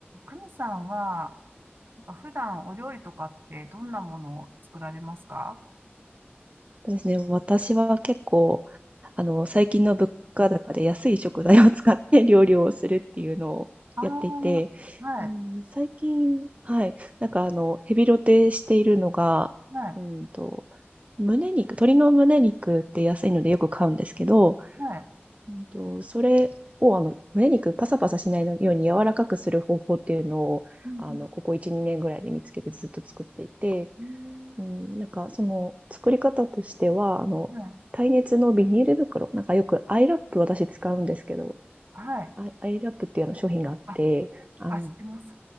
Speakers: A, on the right; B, on the right.
A: カミさんは、なんか普段お料理とかってどんなものを作られますか
B: そうですね。私は結構、あの、最近の物価高で安い食材を使って <laughs> 料理をするっていうのをやっていて、
A: ああー、はい、
B: うん、最近、はい、なんかあの、ヘビロテしているのが、
A: はい、
B: うんと、胸肉、鶏の胸肉って安いのでよく買うんですけど、
A: はい。
B: うんと、それをあの、胸肉パサパサしないように柔らかくする方法っていうのを、
A: うん
B: あの、ここ1、2年ぐらいで見つけてずっと作っていて、
A: うん
B: うん、なんか、その、作り方としては、あの、
A: えー
B: 耐熱のビニール袋、なんかよくアイラップ私使うんですけど、
A: はい、
B: アイアイラップっていうような商品があって、
A: はい。あ、
B: あの、
A: あ、知ってます。